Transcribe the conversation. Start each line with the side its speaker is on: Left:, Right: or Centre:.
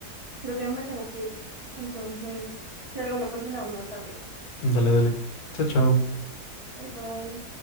Right: creo que me tengo que ir, entonces, si algo lo continuamos más tarde.
Left: Dale, dale. Chao, chao.
Right: Bye bye.